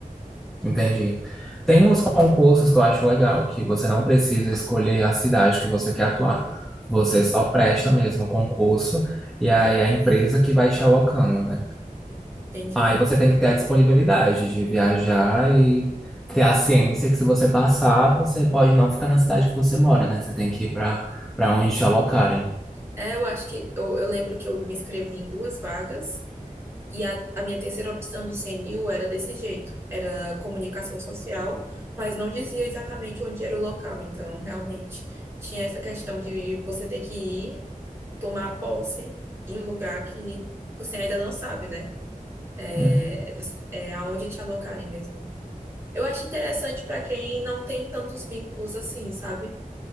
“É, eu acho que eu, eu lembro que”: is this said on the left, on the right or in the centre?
Right